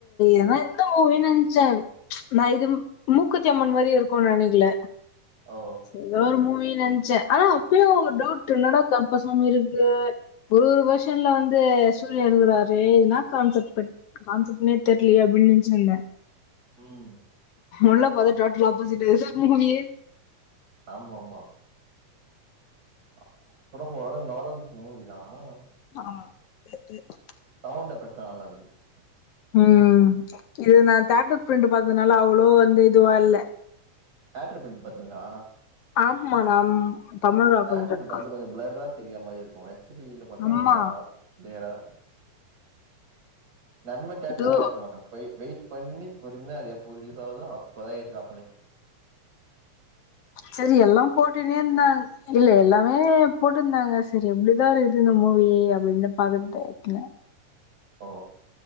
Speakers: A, on the left (about 75°); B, on the right (about 55°).
A: ஏன்னா இந்த மூவினு நென்ச்சே ச் நான் இது மூக்குத்தி அம்மன் மாரியே இருக்குனு நெனைக்கல
B: ஓ
A: ச ஏதோ ஒரு மூவி நென்ச்சே ஆனா அப்பயும் ஒரு டவுட் என்னடா கற்பசாமி இருக்கு ஒரு ஒரு வெர்ஷன்ல வந்து சூர்யன் இருக்கறாரு என்னா கான்செப்ட் கான்சப்ட்னே தெர் லயே அப்டின்னு நெனச்சுனுருந்தேன்
B: உம்
A: உள்ள போதா டோட்டல் ஆப்போசிட்டாயிருச்சு <unintelligible> மூவியே
B: ஆமா ஆமா அப்புற ஓரளவுக்கு நல்லா தான் இருந்துச்சு மூவிலாம்
A: ஆமா <inaudible>
B: சவுண்ட் எஃபெக்ட்லா நல்லா இருந்துச்சு
A: உம் இது நான் தேட்ரு பிரிண்ட் பாத்ததுனால அவ்ளோ வந்து இதுவா இல்ல
B: அட்ரு பண்ணி பாத்தீங்ளா
A: ஆம்மா நம் Tamil rockers
B: theatre
A: dot
B: print
A: com
B: வந்து கொஞ்ச பிளர்ரா தெரிய மாரி இருக்கும் சிட்டில பாத்தா
A: ஆமா
B: கொஞ்சோ நார் க்ளியரா நம்ம தேட்ரு
A: இது
B: ப்ரின்ட ஏத்த மாட்ட போய் வெய் பண்ணி பொறுமையா அத எப்போ ரிலீஸ் ஆவுதோ அப்பதா ஏத்டுவேன் அப்புனே
A: சரி எல்லாம் போட்டுன்னே இருந்தாங் இல்ல எல்லாமே போட்ருந்தாங்க செரி எப்டிதா இருக்து இந்த மூவீ அப்டின்னு பாக்குற டயத்துல
B: ஓ